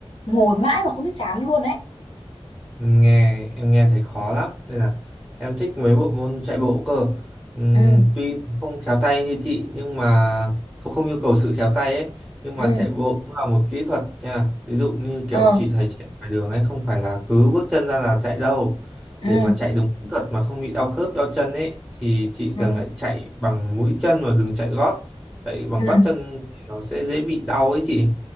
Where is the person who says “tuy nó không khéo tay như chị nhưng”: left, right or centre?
Centre